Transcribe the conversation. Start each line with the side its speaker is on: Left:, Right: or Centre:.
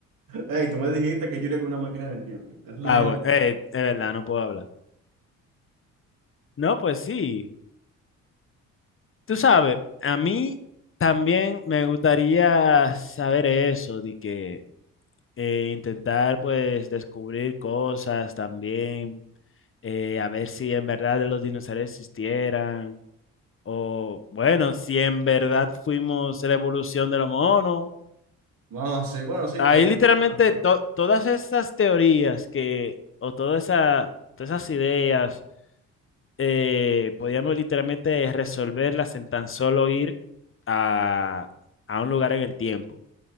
Right: Ey, tú me dijiste que yo iría con una máquina del tiempo. Eso
Left: Ah,
Right: sería,
Left: bueno, eh, de verdad, no puedo hablar. No, pues sí, tú sabes, a mí también me gustaría saber eso, de que eh, intentar pues descubrir cosas también, eh, a ver si en verdad los dinosaurios existieran, o bueno, si en verdad fuimos la evolución de los monos.
Right: no, sí, bueno, sí,
Left: Ahí
Right: estaría
Left: literalmente
Right: muy interesante.
Left: to- todas esas teorías que, o toda esa- todas esas ideas eh, podíamos literalmente resolverlas en tan solo ir a, a un lugar en el tiempo.